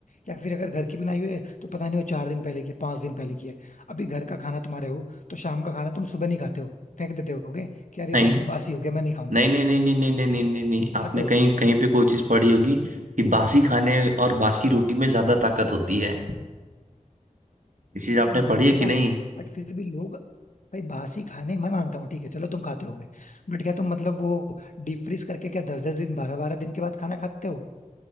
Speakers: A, on the left (about 70°); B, on the right (about 75°).
A: या फिर अगर घर की बनाई हुई है तो पता नहीं वो चार दिन पहले की है पांच दिन पहले की है अभी घर का खाना तुम्हारे हो तो शाम का खाना तुम सुबह नहीं खाते हो फेंक देते होगे कि यार ये
B: नहीं
A: तो बासी हो गया मैं नहीं खाऊंगा
B: नहीं नहीं नहीं नहीं नहीं नहीं नहीं नहीं नहीं आपने
A: खाते हो
B: कहीं कहीं पे कोई चीज पढ़ी होगी कि बासी खाने और बासी रोटी में ज्यादा ताकत होती है ये चीज आपने
A: नहीं मैं
B: पढ़ी
A: मानता
B: है कि
A: हूँ
B: नहीं
A: बट फिर भी लोग भाई बासी खाने मैं मानता हूँ ठीक है चलो तुम खाते होगे बट क्या तुम मतलब वो डीप फ्रीज करके क्या दस दस दिन बारह बारह दिन के बाद खाना खाते हो